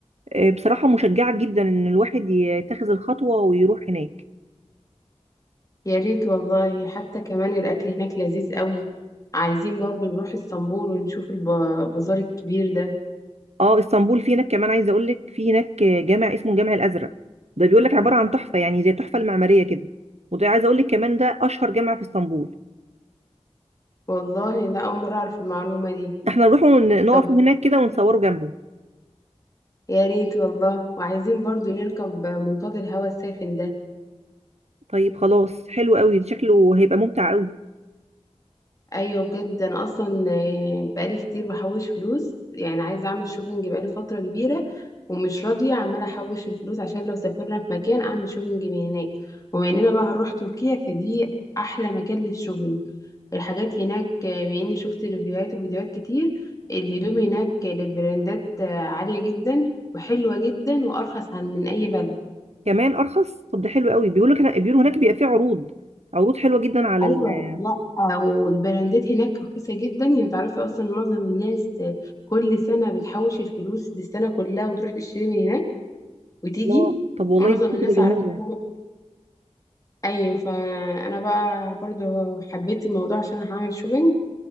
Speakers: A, on the right; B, on the left.
A: آه، بصراحه مشجعه جدا ان الواحد يتخذ الخطوه ويروح هناك
B: يا ريت والله حتى كمان الاكل هناك لذيذ قوي عايزين برضو نروح اسطنبول ونشوف البازار الكبير ده
A: اه اسطنبول في هناك كمان عايزه اقول لك في هناك جامع اسمه الجامع الازرق ده بيقول لك عباره عن تحفه يعني زي التحفه المعماريه كده وده عايزه اقول لك كمان ده اشهر جامع في اسطنبول
B: والله لا اول مرة اعرف المعلومة دي
A: احنا نروح ونقف
B: طب
A: هناك كده ونصوره جنبه
B: يا ريت والله وعايزين برضو نركب منطاد الهواء الساخن ده
A: طيب خلاص حلو قوي شكله هيبقى ممتع قوي
B: ايوه بجد انا اصلا آه، بقالي كتير بحوش فلوس يعني عايزه اعمل شوبينج بقالي فتره كبيره ومش راضيه عماله احوش الفلوس عشان لو سافرنا في مكان اعمل شوبينج من هناك وبما اننا بقى هنروح تركيا فدي احلى مكان للشوبينج الحاجات هناك آه، باني شفت ريفيوهات وفيديوهات كتير الهدوم هناك لبراندات آه، عاليه جدا وحلوه جدا وارخص عن من اي بلد
A: كمان ارخص طب ده حلو قوي بيقولوا كان بيقولوا هناك بيبقى فيه عروض عروض حلوه جدا على
B: ايوه
A: ال...
B: لا والبراندات هناك رخيصه جدا يعني تعرفي اصلا معظم الناس كل سنه بتحوش الفلوس للسنه كلها وتروح تشتري من هناك وتيجي
A: الله طب والله
B: معظم
A: دي
B: الناس
A: فكره جميله
B: اعرفها كده. ايوه فانا بقى برضو حبيت الموضوع عشان هعمل شوبينج